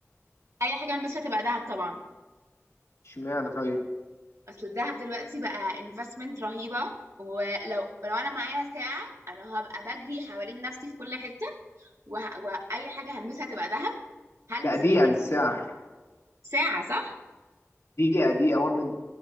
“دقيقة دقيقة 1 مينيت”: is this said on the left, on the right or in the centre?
Left